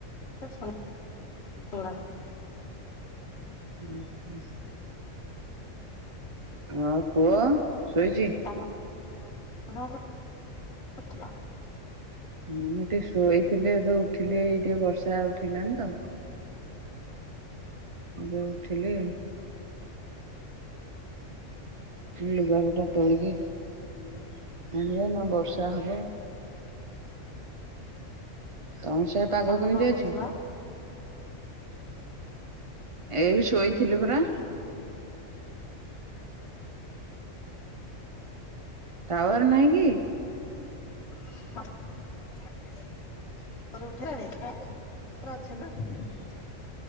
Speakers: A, on the left; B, on the right.
A: ସ ଲାଣି।
B: <inaudible> ଆଉ ପୁଅ ଶୋଇଚି?
A: ତମ <inaudible> କରୁଥିଲ।
B: ହୁଁ ମୁଁ ଟିକେ ଶୋଇଥିଲି ଏବେ ଉଠିଲି ଏଇ ଟିକେ ବର୍ଷା ଉଠେଇଲାଣି ତ। ଏବେ ଉଠିଲି। ଲୁଗାପଟା ତୋଳିକି <unintelligible> ନ ବର୍ଷା ହବ। ତମ ସିଆଏ ପାଗ
A: ତମେ
B: କେମିତି
A: କଣ
B: ଅଛି?
A: କରୁଥିଲ
B: ଏଇ ବି ଶୋଇଥିଲୁ ପରା। ଟାୱାର ନାହିଁ କି?
A: <inaudible> <unintelligible>